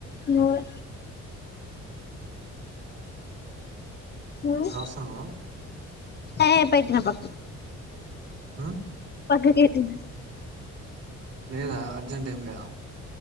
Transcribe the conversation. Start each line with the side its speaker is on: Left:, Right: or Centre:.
Left: నువ్వే మ్
Right: రాస్తున్నావా
Left: ఏ పెట్టిన పప్పు
Right: అ
Left: పక్కకేట్టు
Right: లేదా అర్జెంట్ ఏం లేదా